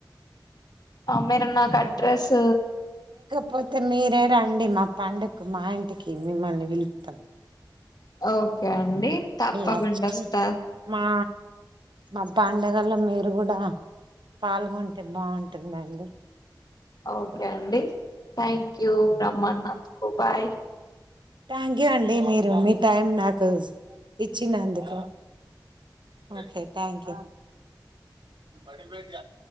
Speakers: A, on the left; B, on the right.
A: అ మీరు నాకు అడ్రస్
B: పోతే మీరే రండి మా పండుక్కు మా ఇంటికి మిమ్మల్ని పిలుతం
A: ఓకే అండి తప్పకుండా
B: వచ్చి
A: వస్తా
B: మా మా పండగలో మీరు గుడా పాల్గొంటే బాగుంటుందండి
A: ఓకే అండి థ్యాంక్ యూ రమ్మన్నందుకు బాయి
B: థ్యాంక్ యూ అండి మీరు మీ టైం నాకు ఇచ్చినందుకు ఓకే థ్యాంక్ యూ <unintelligible>